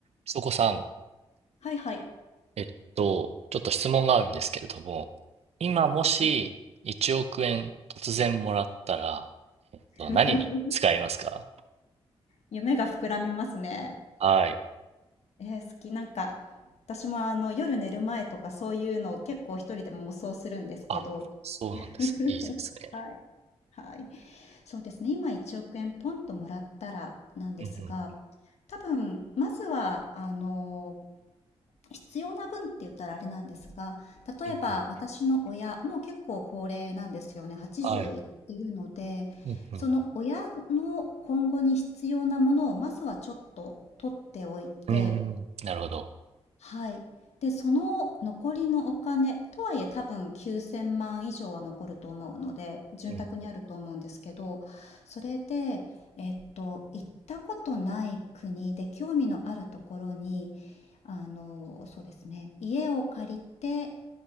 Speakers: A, on the right (about 65°); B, on the left (about 70°).
A: そこさん、
B: はいはい。
A: えっと、ちょっと質問があるんですけれども、今もし1億円突然もらったら、
B: はい。
A: えっと、
B: <laughs>
A: 何に使いますか
B: 夢が膨らみますね。
A: はい。
B: えー好き。なんか、私も、あの、夜寝る前とかそういうのを結構一人で妄想するんですけど。
A: あ、そうなんですね。
B: <laughs>
A: いいですね。
B: はい。はい。そうですね、今1億円ポンともらったらなんですが、
A: うんうん。
B: 多分まずは、あの必要な分って言ったらあれなんですが、例えば私の親もう結構高齢なんですよね。
A: うんうん。
B: 80いってるので、
A: はい。うんうん。
B: その親の今後に必要なものをまずはちょっと取っておいて、
A: うーん。なるほど。
B: はい。で、その残りのお金、とはいえ多分9,000万以上は残ると思うので、潤沢にあると思うんですけど、
A: うん。
B: それで、えっと、行ったことない国で興味のあるところに、あの、そうですね、家を借りて、